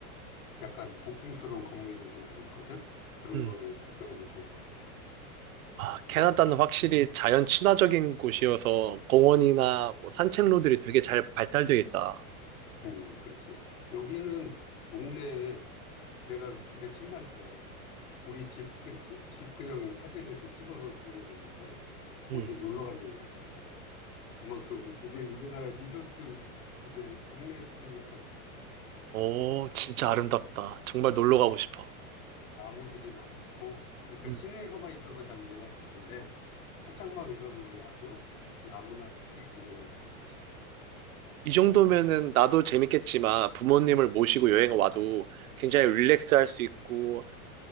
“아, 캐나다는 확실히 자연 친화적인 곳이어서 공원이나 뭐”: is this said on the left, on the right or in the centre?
Right